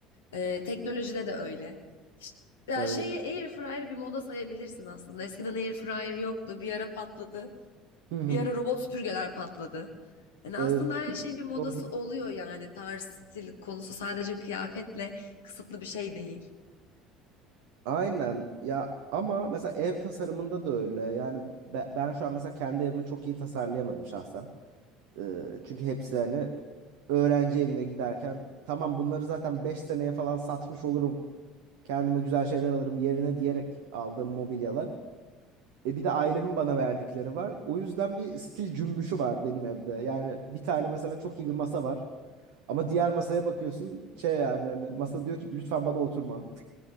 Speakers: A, on the left (about 70°); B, on the right (about 60°).
A: Ee, teknolojide de öyle. İşte, ya
B: evet.
A: şeyi air fryer bir moda sayabilirsin aslında. Eskiden air fryer yoktu. Bir ara patladı.
B: Hı hı,
A: Bir ara robot süpürgeler patladı. Yani aslında
B: evet.
A: her
B: <laughs>
A: şeyin bir modası
B: Doğru.
A: oluyor yani. Tarz, stil konusu sadece kıyafetle kısıtlı bir şey değil.
B: Aynen ya ama mesela ev tasarımında da öyle. Yani be- ben şu an mesela kendi evimi çok iyi tasarlayamadım şahsen. Ee, çünkü hepsi hani öğrenci evine giderken tamam bunları zaten 5 seneye falan satmış olurum. Kendime güzel şeyler alırım yerine diyerek aldığım mobilyalar. E bir de ailemin bana verdikleri var. O yüzden bir stil cümbüşü var benim evde. Yani bir tane mesela çok iyi bir masa var. Ama diğer masaya bakıyorsun şey yani hani masa diyor ki lütfen bana oturma.